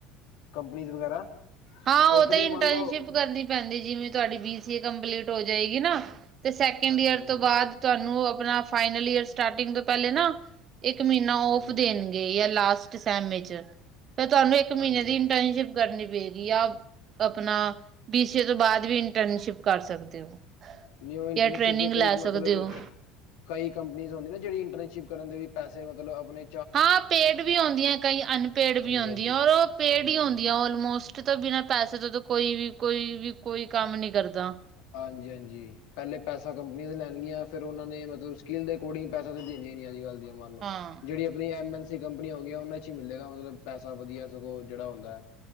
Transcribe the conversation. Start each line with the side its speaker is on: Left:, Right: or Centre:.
Left: ਕੰਪਨੀਜ ਵਗੈਰਾ।
Right: ਹਾਂ
Left: ਉੱਧਰ
Right: ਉਹ ਤਾਂ
Left: ਹੀ
Right: ਇੰਟਰਨਸ਼ਿਪ
Left: ਮੰਨ ਲਓ
Right: ਕਰਨੀ ਪੈਂਦੀ ਜਿਵੇਂ ਤੁਹਾਡੀ ਬੀ ਸੀ ਏ ਕੰਪਲੀਟ। ਹੋ ਜਾਏਗੀ ਨਾ ਤੇ ਸੈਕਿੰਡ
Left: ਹਾਂਜੀ
Right: ਈਅਰ
Left: ਹਾਂਜੀ
Right: ਤੋਂ ਬਾਅਦ। ਤੁਹਾਨੂੰ ਆਪਣਾ ਫਾਈਨਲ ਈਅਰ ਸਟਾਰਟਿੰਗ ਤੋਂ ਪਹਿਲੇ ਨਾ। ਇੱਕ ਮਹੀਨਾ ਓਫ
Left: ਹਾਂਜੀ
Right: ਦੇਣਗੇ
Left: ਹਾਂਜੀ
Right: ਯਾਂ ਲਾਸਟ ਸੇਮੇ ਚੇ ਫਿਰ ਤੁਹਾਨੂੰ ਇੱਕ ਮਹੀਨੇ
Left: ਹਾਂਜੀ
Right: ਦੀ ਇੰਟਰਨਸ਼ਿਪ। ਕਰਨੀ ਪਏਗੀ ਯਾ ਆਪਣਾ ਬੀ ਸੀ ਏ ਤੋਂ ਬਾਅਦ ਵੀ ਇੰਟਰਨਸ਼ਿਪ ਕਰ ਸਕਦੇ ਹੋ।
Left: ਨਹੀ ਊ ਇੰਟਰਨਸ਼ਿਪ
Right: ਜਾਂ ਟ੍ਰੇਨਿੰਗ
Left: ਦੇ ਕਈ
Right: ਲੈ
Left: ਮਤਲਬ।
Right: ਸਕਦੇ ਹੋ
Left: ਕਈ ਕੰਪਨੀਜ਼ ਹੁੰਦੀ ਨਾ ਜਿਹੜੀ ਇੰਟਰਨਸ਼ਿਪ ਕਰਨ ਦੇ ਵੀ ਪੈਸੇ ਮਤਲਬ ਅਪਣੇ।
Right: ਹਾਂ ਪੇਡ ਵੀ ਆਉਂਦੀ ਹੈ ਕਈ ਅਨਪੇਡ
Left: ਹਾਂਜੀ
Right: ਵੀ ਆਉਣ
Left: ਹਾਂਜੀ
Right: ਦੀਆਂ
Left: ਹਾਂਜੀ
Right: ਔਰ ਉਹ ਪੇਡ ਹੀ ਹੁੰਦੀਆਂ
Left: ਹਾਂਜੀ
Right: ਹੈ ਅਲਮੋਸਟ। ਤੇ ਤਾਂ ਬਿਨਾਂ ਪੈਸੇ ਤੋਂ ਕੋਈ ਵੀ ਕੋਈ ਵੀ ਕੋਈ ਕੰਮ ਨੀ ਕਰਦਾ।
Left: ਹਾਂਜੀ-ਹਾਂਜੀ। ਪਹਿਲੇ ਪੈਸਾ ਕੰਪਨੀਆਂ ਲੈਣੀਆਂ ਫਿਰ ਉਹਨਾਂ ਨੇ ਮਤਲਬ ਸਕਿੱਲ ਦੇ ਅਕੋਰਡਿੰਗ ਪੈਸਾ ਤਾਂ ਦਿੰਦੀਆ ਨੀ ਅੱਜ-ਕੱਲ ਦੀਆਂ।
Right: ਹਾਂ
Left: ਜਿਹੜੀ ਆਪਣੀ ਐਮ ਐਨ ਸੀ ਕੰਪਨੀਆਂ ਹੋ ਗਈਆਂ ਉਹਨਾ 'ਚ ਈ ਮਿਲੇਗਾ ਮਤਲਬ ਪੈਸਾ ਵਧੀਆ ਸਗੋਂ ਜਿਹੜਾ ਹੁੰਦਾ ਐ।